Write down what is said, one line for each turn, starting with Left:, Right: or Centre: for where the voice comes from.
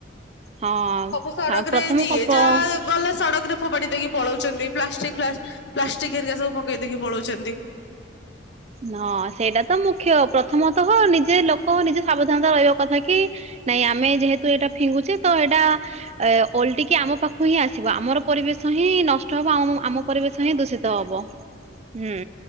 Right: ହଁ
Left: ସବୁ ସଡ଼କ
Right: ହଁ ପ୍ରଥମ
Left: ରେ ଯିଏ ଯାହା ଗଲେ ସଡ଼କରେ ଫୋପାଡି ଦେଇକି ପଳଉଛନ୍ତି। ପ୍ଲାଷ୍ଟିକ ପ୍ଲାଷ୍ଟିକ ହରିକା ସବୁ ପକେଇ ଦେଇକି ପଳଉଛନ୍ତି।
Right: ହଁ ସେଇଟା ତ ମୁଖ୍ୟ ପ୍ରଥମତଃ ହ ନିଜେ ଲୋକ ନିଜେ ସାବଧାନତା ରହିବା କଥା କି ନାଇଁ ଆମେ ଯେହେତୁ ଏଇଟା ଫିଙ୍ଗୁଚେ ତ ଏଇଟା ଏ ଓଲଟିକି ଆମ ପାଖକୁ ହିଁ ଆସିବ, ଆମର ପରିବେଶ ହିଁ ନଷ୍ଟ ହବ, ଆଉ ଆମ ପରିବେଶ ହିଁ ଦୂଷିତ ହବ ହୁଁ